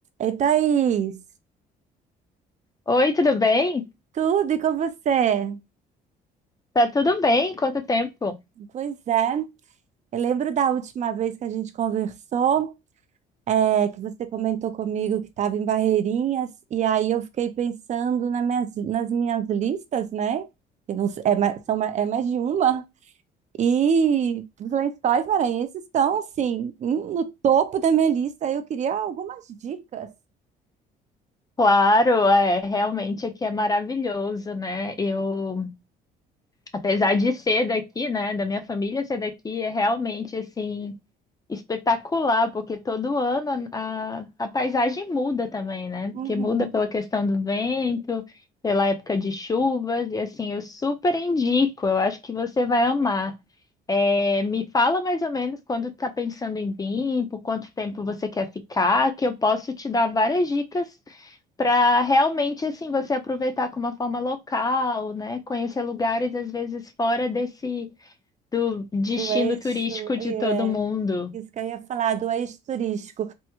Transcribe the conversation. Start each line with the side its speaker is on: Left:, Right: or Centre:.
Right: Ei, Thaís,
Left: Oi, tudo bem?
Right: tudo e com você?
Left: Tá tudo bem? Quanto tempo?
Right: Pois é, eu lembro da última vez que a gente conversou, é, que você comentou comigo que estava em Barreirinhas, e aí eu fiquei pensando nas minhas, nas minhas listas, né? Que não s- é, mais- são, ma- é mais de uma, e os lençóis maranhenses estão, assim, hum, no topo da minha lista, eu queria algumas dicas.
Left: Claro, é, realmente aqui é maravilhoso, né? Eu Apesar de ser daqui, né, da minha família ser daqui, é realmente assim espetacular, porque todo ano a, a, a paisagem muda também, né? Porque
Right: Uhum.
Left: muda pela questão do vento, pela época de chuvas, e assim, eu super indico, eu acho que você vai amar. É, me fala mais ou menos quando está pensando em vir, por quanto tempo você quer ficar, que eu posso te dar várias dicas para realmente assim você aproveitar com uma forma local, né? Conhecer lugares às vezes fora desse do destino
Right: Do eixo,
Left: turístico
Right: é,
Left: de todo mundo.
Right: isso que eu ia falar, do eixo turístico.